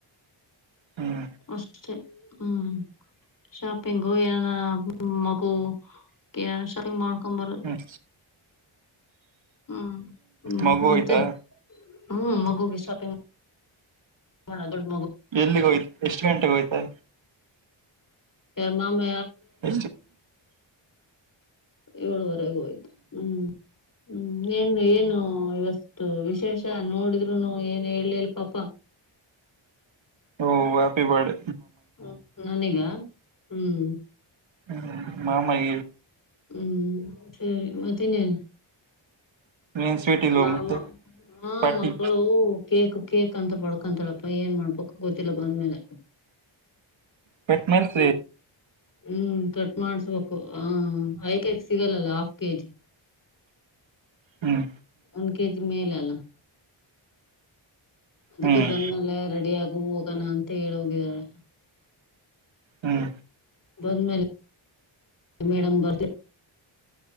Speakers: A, on the right; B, on the left.
A: ಹ್ಮ್
B: ಅಷ್ಟೆ ಹ್ಮ್ ಶಾಪಿಂಗು ಏನಾನ ಮಗು ಏನ ಶಾಪಿಂಗ್ ಮಾಡ್ ಕಂಬರ್
A: ಹ್ಮ್
B: ಹ್ಮ್ ಹ್ಮ್
A: ಮಗು
B: ಮತ್ತೆ
A: ಹೋಯ್ತಾ
B: ಹ್ಮ್ ಮಗುಗೆ ಶಾಪಿಂಗ್ ಮಾಡೋದು
A: ಎಲ್ಲಿ ಹೋಗಿದ್ದಿ ಎಷ್ಟು ಗಂಟೆಗೆ ಹೋಗಿದ್ದಿ
B: ಶರ್ಮ ಮ
A: ಅ
B: ಏಳುವರೆಗೂ ಹೋಯ್ತು ಹ್ಮ್ ಹ್ಮ್ ಏನು ಏನು ಇವತ್ತು ವಿಶೇಷ ನೋಡಿದ್ರುನು ಏನ್ ಹೇಲಿಲ್ ಪಾಪ
A: ಓ ಹಪಿಬರ್ಡ್
B: ಹ ನನೀಗ ಹ್ಮ್
A: ಹ್ಮ ಮಾಮಯ
B: ಹ್ಮ್ ಸರಿ ಮತ್ತ ಇನ್ನ್
A: ಏನ್ ಸ್ವೀಟ್ ಇಲ್ವ
B: ನ
A: ಮತ್ತೆ
B: ಹ
A: ಪಾರ್ಟಿ
B: ಮಗಳು ಕೇಕ್ ಕೇಕ್ ಅಂತ ಬಡ್ಕೊಂತಡ ಅ ಏನ್ ಮಾಡಪಕ್ಕ ಗೊತಿಲ್ಲ ಬಂದ್ಮೇಲೆ
A: ಪೆಟ್ನಮ್
B: ಹ್ಮ್ ಹ್ಮ್ ಕಟ್ ಮಾಡ್ಸ್ಬೇಕು ಹ ಐಕ್ ಸಿಗಲ್ಲಲ್ಲ ಹಾಫ್ ಕೆಜಿ
A: ಹ್ಮ್
B: ಒಂದ್ ಕೆಜಿ ಮೇಲೆ ಅಲ್ಲ ಅದಕ್ಕೆ
A: ಹ್ಮ್
B: ಬಂದ್ಮಲೆ ರೆಡಿ ಆಗ ಹೋಗಣ ಅಂತ ಹೇಳಿ ಹೋಗಿದಾಳೆ
A: ಹ್ಮ್
B: ಬಂದ್ಮೇಲೆ ಮೇಡಮ್ ಬರ್ಲಿ